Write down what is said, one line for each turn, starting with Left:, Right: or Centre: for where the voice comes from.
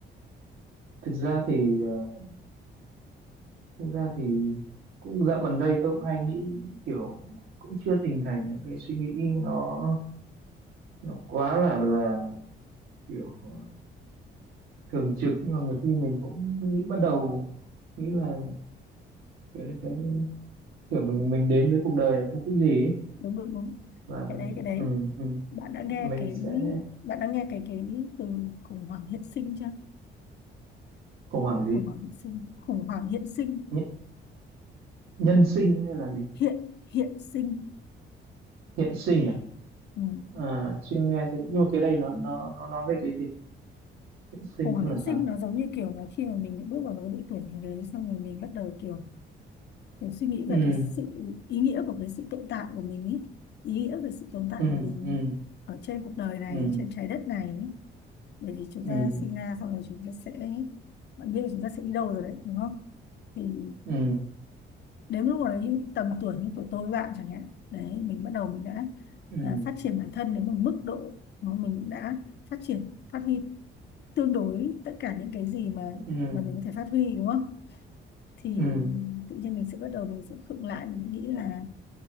Right: thực ra thì ờ, thực ra thì cũng dạo gần đây tôi cũng hay nghĩ kiểu cũng cũng chưa hình thành những cái suy nghĩ nó nó quá là là kiểu ờ, thường trực nhưng mà nhiều khi mình cũng nghĩ bắt đầu nghĩ là cái cái kiểu mình mình đến với cuộc đời này với mục đích gì ấy.
Left: đúng đúng đúng
Right: và mình
Left: cái đấy cái đấy
Right: ừ, ừ,
Left: bạn đã
Right: mình
Left: nghe cái
Right: sẽ
Left: bạn đã nghe cái cái từ khủng hoảng hiện sinh chưa
Right: khủng hoảng gì
Left: khủng hoảng hiện sinh khủng hoảng hiện sinh
Right: Nh- nhân sinh hay là gì
Left: hiện hiện sinh
Right: hiện sinh à,
Left: ừ.
Right: à chưa nghe thấy nhưng mà cái đây nó nó nó nói về cái gì hiện sinh
Left: khủng hoảng
Right: tức là
Left: hiện
Right: sao
Left: sinh nó giống như kiểu là khi mà mình bước vào một cái độ tuổi như đấy xong rồi mình bắt đầu kiểu kiểu suy nghĩ
Right: ừ
Left: về cái sự ý nghĩa của cái sự tồn tại của mình ý ý nghĩa về sự tồn tại
Right: ừ
Left: của mình
Right: ừ
Left: ở trên cuộc đời này
Right: ừ
Left: trên trái đất này ấy. bởi vì chúng
Right: ừ
Left: ta sinh ra xong rồi chúng ta sẽ bạn biết là chúng ta sẽ đi đâu rồi đấy đúng không thì
Right: ừ
Left: đến lúc đấy tầm tuổi như của tôi với bạn chẳng hạn đấy mình bắt đầu mình đã
Right: ừ
Left: à, phát triển bản thân đến một mức độ mà mình cũng đã phát triển phát huy tương đối tất cả những cái gì mà
Right: ừ
Left: mà mình có thể phát huy đúng không thì
Right: ừ
Left: tự nhiên mình sẽ bắt đầu mình sẽ khựng lại mình nghĩ là